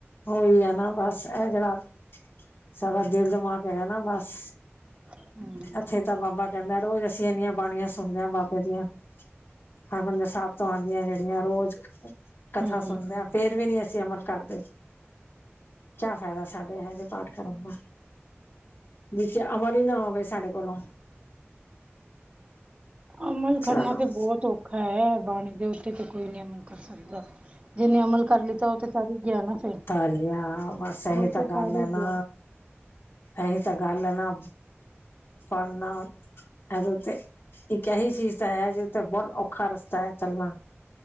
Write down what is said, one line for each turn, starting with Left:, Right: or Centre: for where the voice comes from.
Left: ਓਈ ਐ ਨਾ ਬਸ ਐ ਜੇੜਾ ਸਾਡਾ ਦੇਲ ਦਿਮਾਗ ਹੈਗਾ ਨਾ ਬਸ।
Right: ਹਮ
Left: ਐਥੇ ਤਾਂ ਬਾਬਾ ਕੈਂਦਾ ਰੋਜ਼ ਅਸੀਂ ਏਨੀਆਂ ਬਾਣੀਆਂ ਸੁਣਦੇ ਆਂ ਬਾਬੇ ਦੀਆਂ। ਹਰਮੰਦਰ ਸਾਬ ਤੋਂ ਆਂਦੀਆਂ ਜੇੜੀਆਂ ਰੋਜ਼, ਕਥਾ
Right: ਹਮ
Left: ਸੁਣਦੇ
Right: ਹਮ
Left: ਆ। ਫੇਰ ਵੀ ਨੀ ਅਸੀਂ ਅਮਲ ਕਰਦੇ, ਕਿਆ ਫੈਦਾ ਸਾਡੇ ਏਹੋ ਜੇ ਪਾਠ ਕਰਨ ਦਾ। ਨੀਚੇ ਅਮਲ ਈ ਨਾ ਹੋਵੇ ਸਾਡੇ ਕੋਲੋਂ।
Right: ਅਮਲ ਕਰਨਾ
Left: ਚਲੋ
Right: ਤੇ ਬੋਤ ਔਖਾ ਐ, ਬਾਣੀ ਦੇ ਉੱਤੇ ਤੇ ਕੋਈ ਨੀ ਅਮਲ ਕਰ ਸਕਦਾ। ਜਿਨੇ ਅਮਲ ਕਰ ਲੀਤਾ ਓ ਤੇ ਤਰ ਈ ਗੇਆ ਨਾ। ਫਿਰ
Left: ਤਰ ਗਿਆ ਬਸ ਏਈ
Right: ਉਹ
Left: ਤੇ ਗੱਲ
Right: ਕਰ ਹੀ
Left: ਐ ਨਾ।
Right: ਗਿਆ
Left: ਐਈ ਤੇ ਗੱਲ ਐ ਨਾ, ਪੜਨਾ ਐਦੇ ਉਤੇ ਏਕ ਐਹੀ ਚੀਜ਼ ਤਾਂ ਹੈ ਜਿਥੇ ਬੋਤ ਔਖਾ ਰਸਤਾ ਐ ਚੱਲਣਾ।